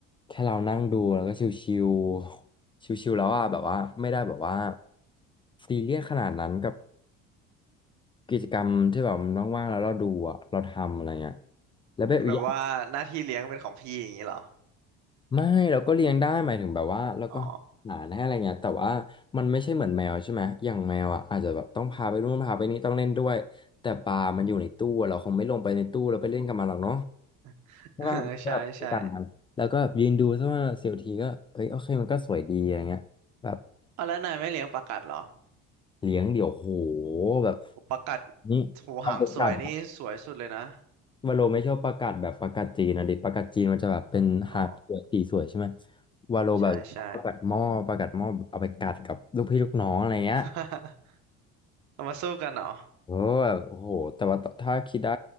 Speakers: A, on the left; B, on the right.
A: แค่เรานั่งดูแล้วก็ชิวๆ ชิวๆแล้วอ่ะแบบว่าไม่ได้แบบว่าซีเรียสขนาดนั้นกับกิจกรรมที่แบบมันว่างๆแล้วเราดูอ่ะเราทำอะไรเงี้ยแล้วแบบอกอย่าง
B: แบบว่าหน้าที่เลี้ยงเป็นของพี่อย่างนี้เหรอ
A: ไม่เราก็เลี้ยงได้หมายถึงแบบว่าเราก็
B: อ๋อ
A: หาให้อะไรเงี้ยแต่ว่ามันไม่ใช่เหมือนแมวใช่ไหมอย่างแมวอ่ะอาจจะแบบต้องพาไปนู่นพาไปนี่ต้องเล่นด้วยแต่ปลามันอยู่ในตู้อะเราคงไม่ลงไปในตู้แล้วไปเล่นกับมันหรอกเนาะ
B: <laughs>
A: ใช่ป่ะมันก็แบบใช้การมันแล้วก็แบบยืนดูสักว่าเสียวทีก็เอ้ยโอเคมันก็สวยดีอะไรเงี้ยแบบ
B: เออใช่ใช่เอาแล้วนายไม่เลี้ยงปลากัดเหรอ
A: เลี้ยงเดี๋ยวโหแบบ
B: โอปลากัด
A: นี่เอาประกาศ
B: หูหางสวยนี่สวยสุดเลยนะ
A: วาโลไม่ชอบประกาศแบบประกาศจีนนะดิประกาศจีนมันจะแบบเป็นหางสวยสีสวยใช่ไหม
B: อ๋อ
A: วาโลแบบประกาศหม้อประกาศหม้อเอาไปกัดกับลูกพี่ลูกน้องอะไรเงี้ย
B: ใช่ใช่ <laughs> เรามาสู้กันเหรอ
A: เออแบบโอ้โหแต่ว่าถ้าคิดได้